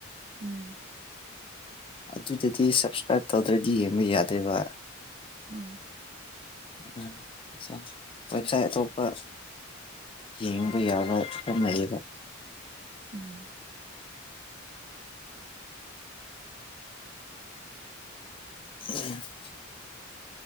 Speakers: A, on the right; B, on the left.
A: ꯎꯝ
B: ꯑꯗꯨꯗꯗꯤ ꯁꯞꯁꯀ꯭ꯔꯥꯏꯞ ꯇꯧꯗ꯭ꯔꯗꯤ ꯌꯦꯡꯕ ꯌꯥꯗꯦꯏꯕ
A: ꯑꯥ
B: ꯎꯝ ꯋꯦꯞꯁꯥꯏ ꯑꯇꯣꯞꯄ ꯌꯦꯡꯕ ꯌꯥꯕ ꯌꯥꯝ ꯂꯩꯌꯦꯕ
A: ꯎꯝ
B: <unintelligible>